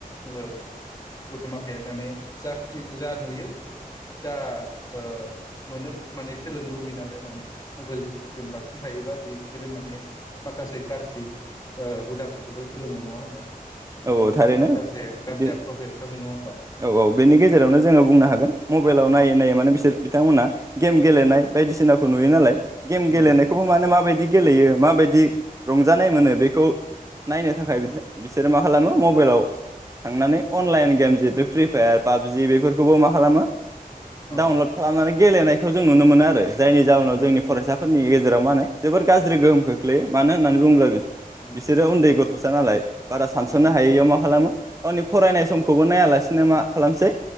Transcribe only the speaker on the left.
ओ गथ माखाया माने जाख्रि जा नुयो जा ओ मोनो बेखौ माने सोलोंनो लुबैयो नालाय माने मबाइल जों बांसिन थायोबा बिसोरो माने माखासे गाज्रि ओ हुदाफोरखौबो सोलोङो नङा होमबा।
बेयावनो
माखासे गाज्रि
आखुआ बेरखाङो नङा होमबा
उम
उम
औ
औ
उम
उम